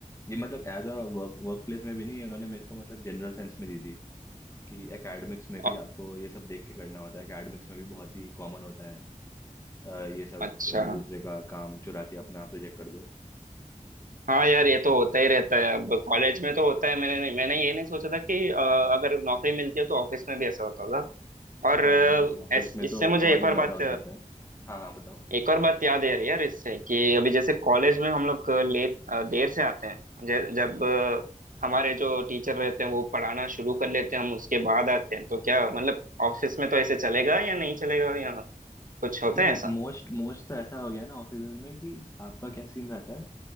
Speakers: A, on the left; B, on the right.
A: ये मतलब as a work work place में भी नहीं ये उन्होंने मेरे को मतलब जनरल सेंस में दी थी कि एकेडमिक्स में
B: अ-
A: भी आपको ये सब देख के करना होता है एकेडमिक्स में भी बहुत ही कॉमन होता है अ, ये सब
B: अच्छा
A: अ, दूसरे का काम चुरा के अपना प्रोजेक्ट कर दो
B: हाँ यार ये तो होता ही रहता है अब कॉलेज में तो होता है मैंने मैंने ये नहीं सोचा था कि अ, अगर नौकरी मिलती है तो ऑफिस में भी ऐसा होता होगा और अ,
A: हाँ ऑफिस
B: ऐस-
A: में
B: इससे
A: तो
B: मुझे
A: और
B: एक
A: ही
B: और
A: ज्यादा
B: बात
A: हो जाता है हाँ हाँ बताओ
B: एक और बात याद आ रही है यार इससे कि अभी जैसे कॉलेज में हम लोग लेट अ, देर से आते हैं ज- जब अ, हमारे जो टीचर रहते हैं वो पढ़ाना शुरू कर लेते हैं हम उसके बाद आते हैं तो क्या मतलब ऑफिस में तो ऐसे चलेगा या नहीं चलेगा या कुछ होता
A: नहीं
B: है ऐसा
A: मोस्ट मोस्ट तो ऐसा हो गया ना ऑफिस में कि आपका क्या सीन रहता है